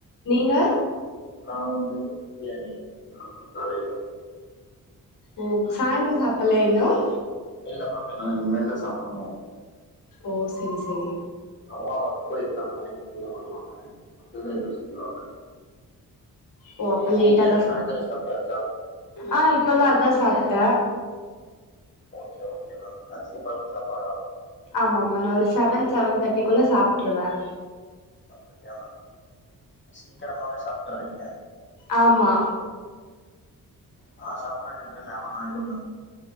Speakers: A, on the left; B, on the left.
A: நீங்க
B: நான் வந்து வெஜ் பிரியாணி காலையில
A: ஓ சாய்ந்தரம் சாப்பிடல இன்னும்
B: இல்ல மேம் என்ன இனிமேல் தான் சாப்புட்ணும்
A: ஓ செரி செரி
B: அம்மா ஒர்க் போயிருக்காங்க இனிமேல் தான் வருவாங்க அப்பதான் எதுவும் செய்வாங்க
A: ஓ அப்ப லேட்டா
B: நீங்க
A: ஆதான்
B: சாயந்தரம்
A: சாப்ப
B: சாப்பிட்டாச்சா
A: ஆஹ் இப்பதான் அதான் சாப்ப த
B: ஓகே ஓகே மேம் அரிசிபருப்பு சாப்பாட
A: ஆமா ஆமா நான் ஒரு செவன் செவன் தர்ட்டிக்குள்ள சாப்புட்டுருவேன்
B: அப்டியா மேம் சீக்கிரமாவே சாப்புட்டுறீங்க
A: ஆமா
B: நான் சாப்பாருதுக்கு எப்புடியும் லெவன் ஆயிரும் மேம்